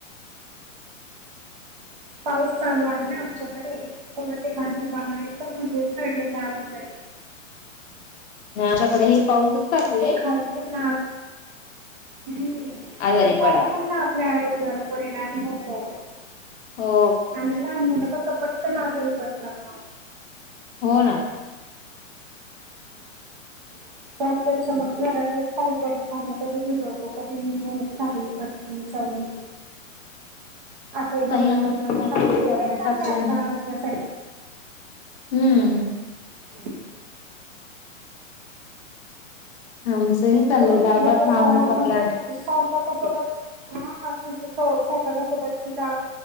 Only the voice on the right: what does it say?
पाऊस चालू आहे ना आमच्याकडे तर मग ते भाांजीपान आहे प म्हणजे ठडलेलं हवं सर
ते
खाऊ पु ना ह्
ते का
पुन्हा आपल्या आरोग्यावर परिणाम होतो
आणि मुलं सपट तर आजही पडतात ना
ब प्रत्यक्ष मग घरातले साईकताना कधी भिजवतो कधी ह् चऊ म असे
माझ्याकडून
आ
खात असतो
ते चांगलं
का आरोग्यासाठी
<unintelligible>
आणि
तरुला
कस
आहे म्हणच्यात
स्वयंपाका सोबत हा ति स्वयंपाका सोबत तिला